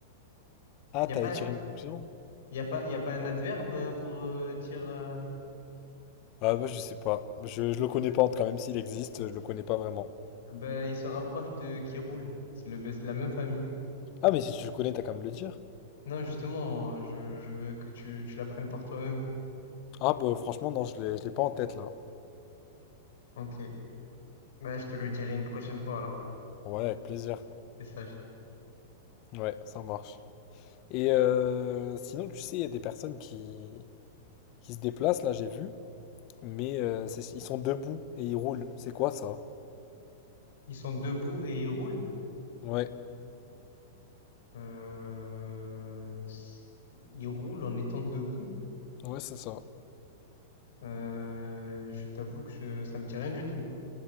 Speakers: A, on the left (about 45°); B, on the left (about 65°).
A: Ah,
B: Il n'y
A: t'allais
B: a pas,
A: tirer une conclusion?
B: il y a pas, il y a pas un adverbe euh, pour euh, dire euh,
A: Ah, bah, je sais pas. Je, je le connais pas, en tout cas, même s'il existe, je le connais pas vraiment.
B: ben, il se rapproche de qui roule. C'est le, c'est la même famille.
A: Ah, mais si tu le connais, t'as qu'à me le dire.
B: Non, justement, je, je veux que tu, tu l'apprennes par toi-même.
A: Ah, bah, franchement, non, je l'ai, je l'ai pas en tête, là.
B: Ok. Bah, je te le dirai une prochaine fois alors.
A: Ouais, avec plaisir.
B: C'est sage.
A: Ouais, ça marche. Et euh, sinon, tu sais, il y a des personnes qui, qui se déplacent, là j'ai vu, mais euh, c'est- ils sont debout et ils roulent. C'est quoi ça?
B: Ils sont debout et ils roulent.
A: Ouais,
B: Euh, s- Ils roulent en étant debout.
A: ouais, c'est ça.
B: Euh, je t'avoue que je- ça me dit rien du tout.